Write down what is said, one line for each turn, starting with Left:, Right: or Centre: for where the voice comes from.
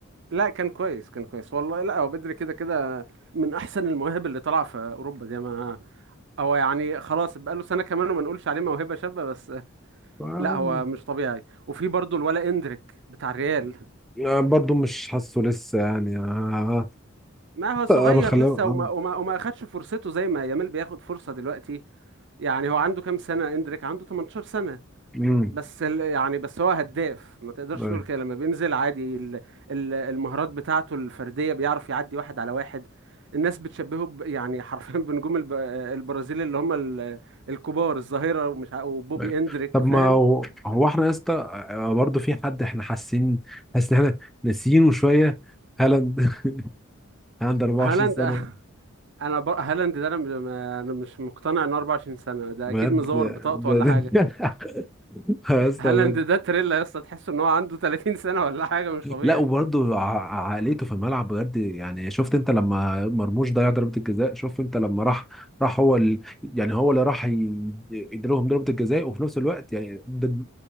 Right: لا كان كويس كان كويس والله لا هو بدري كده كده من احسن المواهب اللي طالعه في اوروبا دي ما هو يعني خلاص بقاله سنه كمان وما نقولش عليه موهبه شابه بس
Centre: آه
Right: لا هو مش طبيعي وفي برضه الولا اندريك بتاع الريال
Centre: آه، برضو مش حاسه لسه يعني آه
Right: ما هو صغير
Centre: آه، آه، بخلاه
Right: لسه
Centre: آه،
Right: وما وما, وما اخدش فرصته زي ما يامال بياخد فرصه دلوقتي يعني هو عنده كام سنه اندريك عنده 18 سنه
Centre: مم.
Right: بس ال- يعني بس هو هداف ما تقدرش
Centre: أيوه.
Right: تقول كده لما بينزل عادي ال- ال- المهارات بتاعته الفردية بيعرف يعدي واحد على واحد الناس بتشبهه ب- يعني <laughs> حرفيا بنجوم الب- البرازيل اللي هم ال- الكبار الظاهرة ومش ع- وبوبي
Centre: أيوة.
Right: اندريك
Centre: طب ما
Right: فاهم
Centre: هو هو احنا يا اسطى آه، برضه في حد احنا حاسين حاسس ان احنا ناسيينه شويه هالاند <laughs> هالاند 24
Right: هالاند
Centre: سنه
Right: <laughs> انا بر... هالاند ده انا م- انا مش مقتنع انه 24 سنة ده
Centre: بجد
Right: اكيد مزور بطاقته
Centre: ده
Right: ولا
Centre: ده
Right: حاجة
Centre: <laughs> يا اسطى
Right: هالاند
Centre: بجد
Right: ده تريلا يا اسطى تحس ان هو عنده 30 سنة ولا حاجة مش طبيعي
Centre: لا وبرضه ع- عقليته في الملعب بجد يعني شفت انت لما مرموش ضيع ضربه الجزاء شوف انت لما راح راح هو ال... يعني هو اللي راح ي- يديلهم ضربه الجزاء وفي نفس الوقت يعني ده